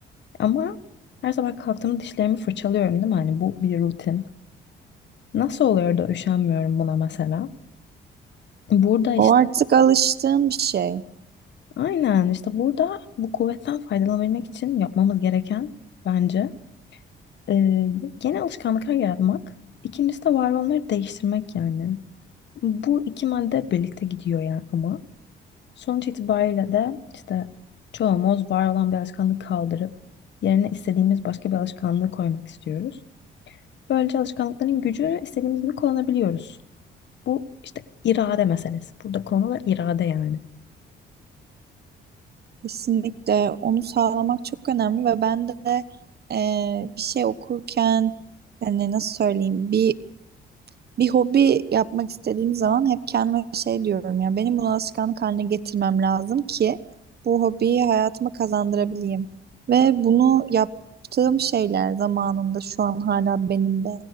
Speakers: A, on the left; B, on the right.
A: Ama her sabah kalktığımda dişlerimi fırçalıyorum değil mi? Hani bu bir rutin. Nasıl oluyor da üşenmiyorum buna mesela? Burada işte
B: O artık alıştığım bir şey.
A: aynen işte burada bu kuvvetten faydalanabilmek için yapmamız gereken bence e, yeni alışkanlıklar yaratmak. İkincisi de var olanları değiştirmek yani. Bu iki madde birlikte gidiyor yani ama. Sonuç itibariyle de işte çoğumuz var olan bir alışkanlığı kaldırıp yerine istediğimiz başka bir alışkanlığı koymak istiyoruz. Böylece alışkanlıkların gücünü istediğimiz gibi kullanabiliyoruz. Bu işte irade meselesi. Burada konu da irade yani.
B: Kesinlikle onu sağlamak çok önemli ve ben de e, bir şey okurken hani nasıl söyleyeyim bir bir hobi yapmak istediğim zaman hep kendime şey diyorum ya benim bunu alışkanlık haline getirmem lazım ki bu hobiyi hayatıma kazandırabileyim. Ve bunu yaptığım şeyler zamanında şu an hala benimde.